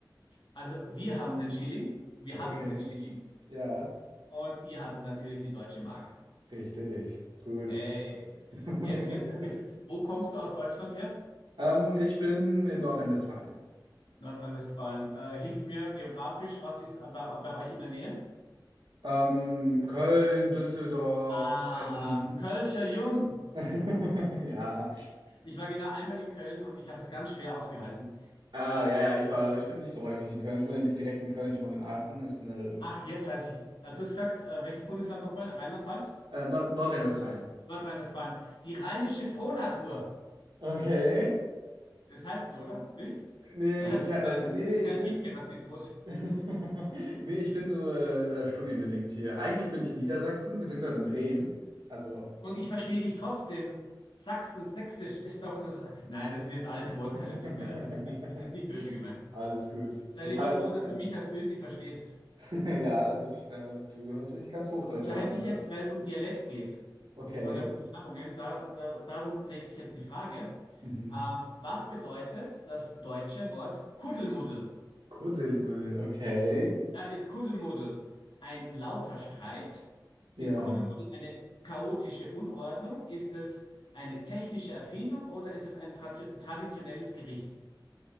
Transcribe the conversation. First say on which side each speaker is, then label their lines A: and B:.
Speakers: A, on the left (about 85°); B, on the right (about 85°).
A: Also, wir haben den Schilling, wir hatten
B: Okay,
A: den Schilling
B: ja.
A: und ihr hattet natürlich die deutsche Mark.
B: Richtig, gut.
A: Hey,
B: <laughs>
A: jetzt wird's ein bisschen. Wo kommst du aus Deutschland her?
B: Ähm, ich bin in Nordrhein-Westfalen.
A: Nordrhein-Westfalen. Äh, hilf mir geografisch, was ist bei, bei euch in der Nähe?
B: Ähm, Köln, Düsseldorf,
A: Ah,
B: Essen.
A: ein Kölscher Jung.
B: <laughs> Ja.
A: Ich war genau einmal in Köln und ich habe es ganz schwer ausgehalten.
B: Ah, ja, ja, ich war, ich bin nicht so häufig in Köln. Ich wohne ja nicht direkt in Köln, ich wohne in Aachen. Ist eine,
A: Ach, jetzt weiß ich. Äh, du hast gesagt, äh, welches Bundesland nochmal? Rheinland-Pfalz?
B: äh, Nord Nordrhein-Westfalen.
A: Nordrhein-Westfalen. Die rheinische Frohnatur.
B: Okay.
A: Das heißt so, oder? Nicht? <laughs>
B: Nee,
A: Na,
B: ich
A: tut
B: kenne
A: mir leid,
B: das nicht.
A: das
B: Nee,
A: ist
B: nee,
A: jetzt
B: ich
A: kein
B: bin.
A: Piefke-Rassismus.
B: <laughs> Nee, ich bin nur äh, studienbedingt hier. Eigentlich bin ich in Niedersachsen, beziehungsweise in Bremen. Also.
A: Und ich verstehe dich trotzdem. Sachsen, Sächsisch ist doch. Das, nein, das sind jetzt
B: <laughs>
A: alles Vorurteile. Tut mir leid, das ist nicht, das ist nicht böse gemeint.
B: Alles gut.
A: Sei
B: Zumal,
A: lieber froh, dass
B: ja,
A: du mich als Ösi verstehst.
B: <laughs> ja, ich- da, du hörst dich ganz Hochdeutsch
A: Da
B: an.
A: hätte
B: Also,
A: ich jetzt, weil es um Dialekt geht
B: okay.
A: oder um Färbungen, da, da, darum dreht sich jetzt die Frage.
B: Mhm.
A: Ähm, was bedeutet das deutsche Wort Kuddelmuddel?
B: Kuddelmuddel, okay.
A: Ja, ist Kuddelmuddel ein lauter Streit?
B: Ja.
A: Ist Kuddelmuddel eine chaotische Unordnung? Ist es eine technische Erfindung oder ist es ein tra traditionelles Gericht?